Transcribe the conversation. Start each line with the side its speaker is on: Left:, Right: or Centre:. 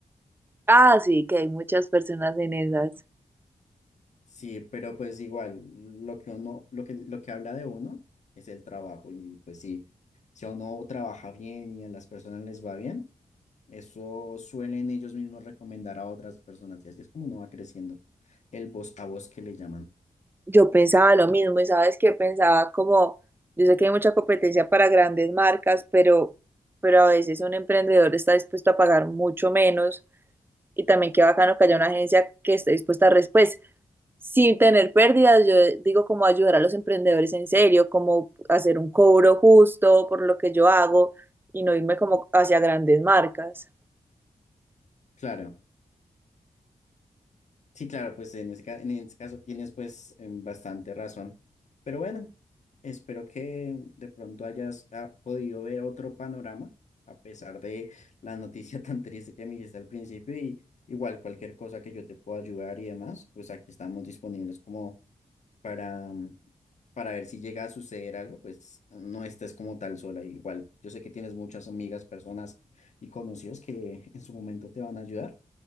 Right: Ah, sí, que hay muchas personas en esas.
Left: Sí, pero pues igual, lo que uno, lo que, lo que habla de uno es el trabajo. Y pues sí, si uno trabaja bien y a las personas les va bien Eso suelen ellos mismos recomendar a otras personas y así es como uno va creciendo el voz a voz que le llaman.
Right: Yo pensaba lo mismo y sabes que pensaba como, yo sé que hay mucha competencia para grandes marcas, pero, pero a veces un emprendedor está dispuesto a pagar mucho menos y también qué bacano que haya una agencia que esté dispuesta a después, sin tener pérdidas, yo digo como ayudar a los emprendedores en serio, como hacer un cobro justo por lo que yo hago y no irme como hacia grandes marcas.
Left: Claro, sí, claro, pues en ese, ca- en ese caso tienes pues em, bastante razón. Pero bueno, espero que de pronto hayas ah, podido ver otro panorama a pesar de la noticia <laughs> tan triste que me dijiste al principio y igual cualquier cosa que yo te pueda ayudar y demás, pues aquí estamos disponibles como para, para ver si llega a suceder algo, pues no estés como tal sola. Igual, yo sé que tienes muchas amigas, personas y conocidos que en su momento te van a ayudar